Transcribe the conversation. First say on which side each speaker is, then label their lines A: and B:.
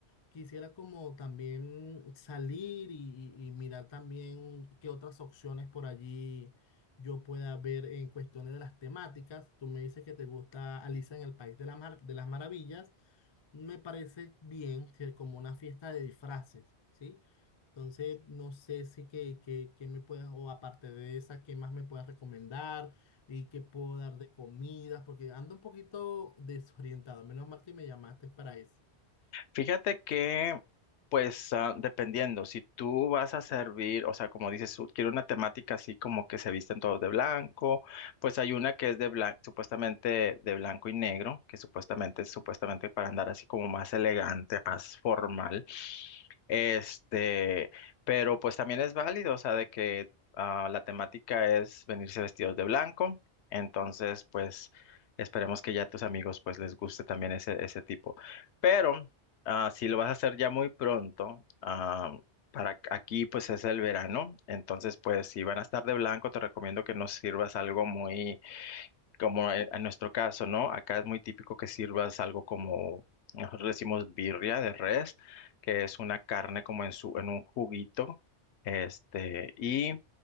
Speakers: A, on the left; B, on the left.
A: Quisiera como también salir y, y- y mirar también qué otras opciones por allí yo pueda ver en cuestiones de las temáticas. Tú me dices que te gusta Alicia en el País de la Mar- de las Maravillas. Me parece bien que como una fiesta de disfraces, ¿sí? Entonces, no sé si que, que, que me puedas, o aparte de esa, qué más me puedas recomendar y qué puedo dar de comidas, porque ando un poquito desorientado. Menos mal que me llamaste para eso.
B: Fíjate que, pues, ah, dependiendo, si tú vas a servir, o sea, como dices, tú, quiero una temática así como que se visten todos de blanco, pues hay una que es de blanco, supuestamente de blanco y negro, que supuestamente es supuestamente para andar así como más elegante, más formal. Este, pero pues también es válido, o sea, de que ah, la temática es venirse vestidos de blanco, entonces, pues, esperemos que ya a tus amigos, pues, les guste también ese, ese tipo. Pero Ah, si lo vas a hacer ya muy pronto, ah, para ac- aquí pues es el verano, entonces pues si van a estar de blanco te recomiendo que no sirvas algo muy como en, en nuestro caso, ¿no? Acá es muy típico que sirvas algo como nosotros le decimos birria de res, que es una carne como en su en un juguito, este y